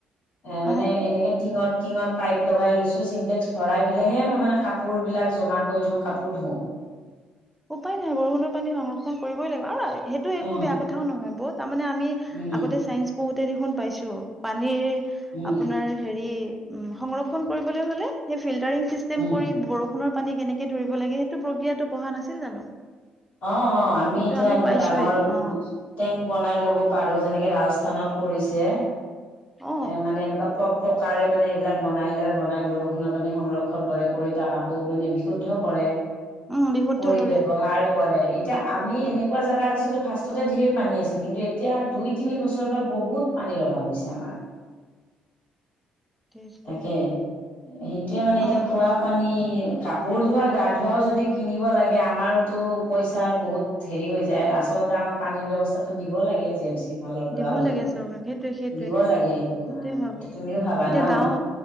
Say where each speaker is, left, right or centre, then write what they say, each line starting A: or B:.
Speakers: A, on the left (about 80°); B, in the centre.
A: এ
B: অ
A: মানে এনেকে টিঙত টিঙত পাইপ লগাই লৈছো চিনন্টেক্স ভৰাই পেলাইহে মই মানে কাপোৰ বিলাক জমা কৰি থওঁ কাপোৰ ধোওঁ। <inaudible>
B: উপায় নাই বৰষুণৰ পানী সংৰক্ষণ কৰিবই লাগিব আৰু সেইটো একো
A: অ
B: বেয়া কথাও নহয় বহ। তাৰমানে আমি
A: উম
B: আগতে চাইন্স পঢ়োতে দেখোন পাইছো পানীৰ
A: উম
B: আপোনাৰ হেৰি উম, সংৰক্ষণ কৰিবলৈ হ'লে ফিল্টাৰিং চিষ্টেম
A: উম
B: কৰি ভৰ বৰষুণৰ পানী কেনেকে ধৰিব লাগে সেইটো প্ৰক্ৰিয়াতটো পঢ়া নাছিল জানো?
A: অ' অ' আমি
B: সেইটো
A: এতিয়া এনেকুৱা
B: পাইছোয়ে
A: ডাঙৰ
B: অ
A: টেংক বনাই ল'ব পাৰো যেনেকে ৰাছ স্থানত কৰিছে
B: অ
A: এ মানে এনেকুৱা চব প্ৰকাৰে মানে এইবিলাক বনাই লৈ বনাই বৰষুণৰ পানী সংৰক্ষণ কৰে কৰি তাক আকৌ মানে বিশুদ্ধ কৰে
B: উম বিশুদ্ধ
A: কৰি
B: কৰে
A: ব্যৱহাৰ কৰে এতিয়া আমি এনেকুৱা জাগাত আছিলো ফাৰ্ষ্টতে ধেৰ পানী আছিল। কিন্তু এতিয়া দুই তিনি বছৰ পৰা বহুত পানীৰ অভাৱ হৈছে আমাৰ।
B: সেইটো
A: তাকে সেইটোয়ে মানে এতিয়া
B: অ
A: খোৱা পানী কাপোৰ ধোৱাঁ গা ধোৱাও যদি কিনিবা লাগে আমাৰোতো পইচাৰ বহুত হেৰি হৈ যায় আচলতে আমাক পানীৰ ব্যৱস্থাটো দিব লাগে জি এম চি ফালৰ পৰা
B: দিব
A: হলেওঁ
B: লাগে চৰকাৰক সেইটোৱে সেইটোৱে
A: দিব লাগে এইটো
B: সেইটোৱে
A: অ',
B: ভাবো
A: এইটো তুমিও ভাবা
B: এতিয়া
A: ন'।
B: গাঁও